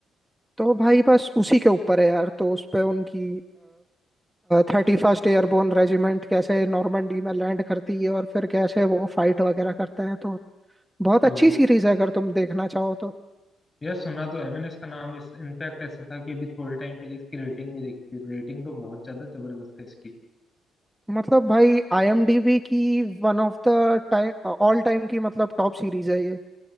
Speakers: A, in the centre; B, on the left.
A: तो भाई बस उसी के ऊपर है यार तो उस पे उनकी थर्टी फर्स्ट एयरबोर्न रेजिमेंट कैसे नॉर्मंडी में लैंड करती है और फिर कैसे वो फाइट वगैरह करते हैं तो बहुत
B: ओ
A: अच्छी सीरीज है अगर तुम देखना चाहो तो।
B: यार सुना तो है मैंने इसका नाम इस इनफैक्ट ऐसे था कि अभी थोड़े टाइम पहले इसकी रेटिंग भी देखी थी रेटिंग तो बहुत ज्यादा जबरदस्त है इसकी
A: मतलब भाई आईएमडीबी की one of the time all time की मतलब टॉप सीरीज है ये